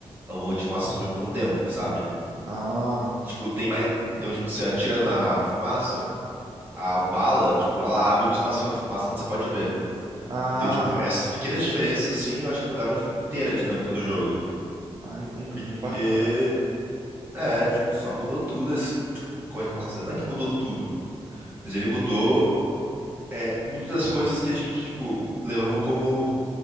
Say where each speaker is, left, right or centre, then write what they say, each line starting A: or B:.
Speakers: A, on the right; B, on the right.
A: a bomba de fumaça sobe por um tempo, sabe?
B: Ah,
A: Tipo, tem mais. Então, tipo, você atira na fumaça, a bala, tipo, ela abre um espacinho na fumaça onde você pode ver.
B: ah,
A: Então, tipo, essas pequenas diferenças, assim, eu acho que mudaram, tipo, inteira a dinâmica do jogo.
B: ah, entendi,
A: Porque,
B: bacana.
A: é, tipo, só mudou tudo, assim, tipo, como é que eu posso dizer? Não é que mudou tudo, mas ele mudou, é, muitas das coisas que a gente, tipo, levava como